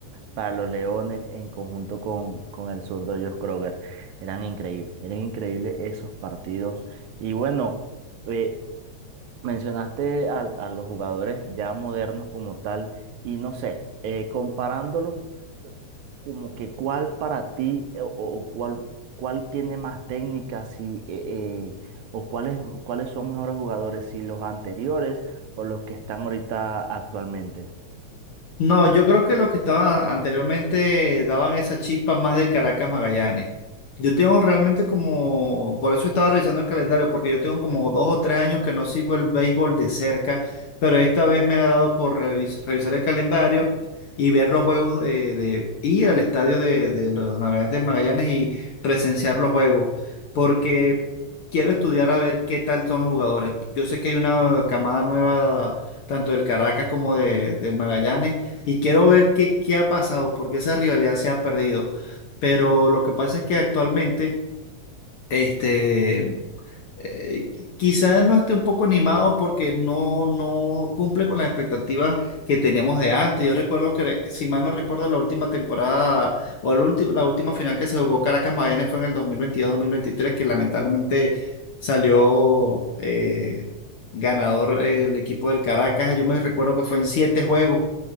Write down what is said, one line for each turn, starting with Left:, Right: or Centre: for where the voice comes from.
Right: para los Leones en conjunto con, con el zurdo Josh Kroger. Eran increíbles, eran increíbles esos partidos. Y bueno, eh, mencionaste al- a, los jugadores ya modernos como tal, y no sé, eh, comparándolos, eh, como que cuál para ti eh, o, o cuál, cuál tiene más técnicas si, eh, eh, o cuáles, cuáles son mejores jugadores, si los anteriores o los que están ahorita actualmente.
Left: No, yo creo que los que estaban anteriormente daban esa chispa más del Caracas Magallanes. Yo tengo realmente como, por eso estaba revisando el calendario, porque yo tengo como dos o tres años que no sigo el béisbol de cerca, pero esta vez me ha dado por revis- revisar el calendario y ver los juegos de, de- ir al estadio de, de los Navegantes del Magallanes y presenciar los juegos, porque quiero estudiar a ver qué tal son los jugadores. Yo sé que hay una camada nueva, tanto del Caracas como de, del Magallanes y quiero ver qué, qué ha pasado, porque esa rivalidad se ha perdido. Pero lo que pasa es que actualmente, este, eh, quizás no esté un poco animado porque no, no cumple con las expectativas que teníamos de antes. Yo recuerdo que, si mal no recuerdo, la última temporada o el último, la última final que se jugó Caracas Magallanes fue en el dos dos mil veintidós mil veintitrés que lamentablemente salió eh, ganador el equipo del Caracas. Yo me recuerdo que fue en siete juegos